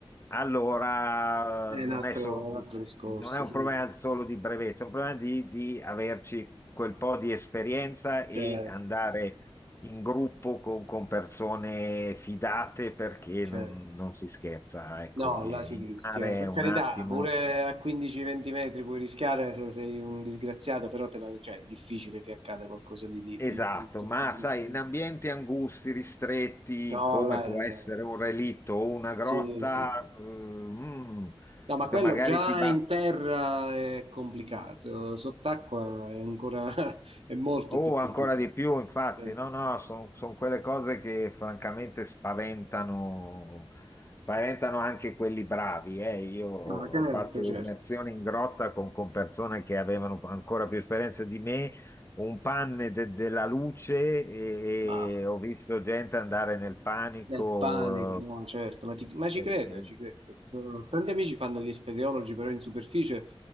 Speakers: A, on the left; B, on the right.
A: allora
B: È
A: non
B: un altro,
A: è solo,
B: un altro discorso,
A: non è un
B: certo.
A: problema solo di brevetto, è un problema di, di averci quel po' di esperienza e
B: Certo,
A: andare in gruppo con, con persone fidate perché
B: certo.
A: non, non si scherza, ecco,
B: No,
A: eh,
B: là si rischia.
A: in mare
B: Per
A: è un
B: carità,
A: attimo.
B: pure a 15-20 metri puoi rischiare se sei un disgraziato, però te la- cioè, è difficile che accada qualcosa di, di-
A: Esatto,
B: di brutto
A: ma
B: a 15
A: sai,
B: metri.
A: in ambienti angusti, ristretti,
B: No,
A: come
B: là
A: può
B: è-
A: essere un relitto o una grotta,
B: Sì, sì, sì.
A: eh, mm,
B: No, ma quello
A: magari
B: già
A: ti va.
B: in terra è complicato, sott'acqua è ancora <laughs> è molto
A: Oh,
B: più complicato.
A: ancora di più, infatti,
B: Certo.
A: no, no, sono quelle cose che francamente spaventano, spaventano anche quelli bravi. eh. Io ho
B: No, ma certo,
A: fatto immersioni
B: certo.
A: in grotta con, con persone che avevano ancora più esperienza di me, un panne de- della luce e,
B: Ma
A: e ho visto gente andare nel panico.
B: Nel panico, no, certo, ma, ti- ma ci
A: eh,
B: credo,
A: eh,
B: ci credo. Eh, Tanti amici fanno gli speleologi, però in superficie